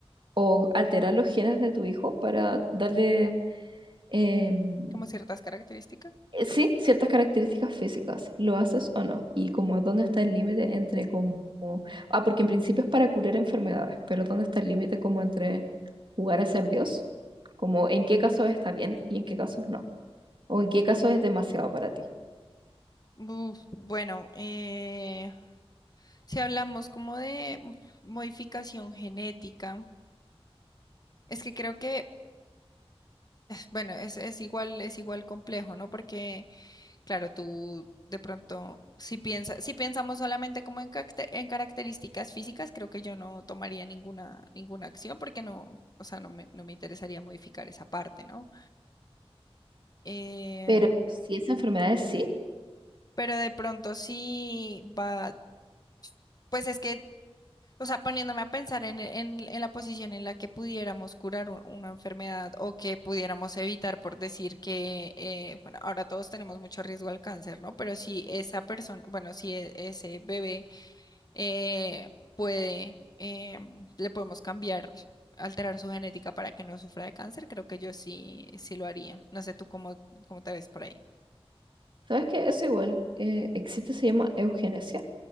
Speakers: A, on the right; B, on the left.
A: o alterar los genes de tu hijo para darle, em,
B: Como ciertas características.
A: eh, sí, ciertas características físicas. ¿Lo haces o no? Y como dónde está el límite entre como... Ah, porque en principio es para curar enfermedades, pero ¿dónde está el límite como entre jugar a ser Dios? Como en qué casos está bien y en qué casos no. O en qué casos es demasiado para ti.
B: Uf, bueno, eh, si hablamos como de modificación genética, es que creo que, bueno, es, es igual, es igual complejo, ¿no? Porque, claro, tú de pronto, si piensa, si pensamos solamente como en, caracte- en características físicas, creo que yo no tomaría ninguna, ninguna acción porque no, o sea, no me, no me interesaría modificar esa parte, ¿no? Eh,
A: Pero si es enfermedades, sí.
B: pero de pronto sí va. Pues es que O sea, poniéndome a pensar en, en- en la posición en la que pudiéramos curar u- una enfermedad o que pudiéramos evitar, por decir que, eh, bueno, ahora todos tenemos mucho riesgo al cáncer, ¿no? Pero si esa persona, bueno, si e- ese bebé eh, puede, em, le podemos cambiar, alterar su genética para que no sufra de cáncer, creo que yo sí, sí lo haría. No sé tú cómo, cómo te ves por ahí.
A: ¿Sabes qué? Eso igual eh, existe, se llama eugenesia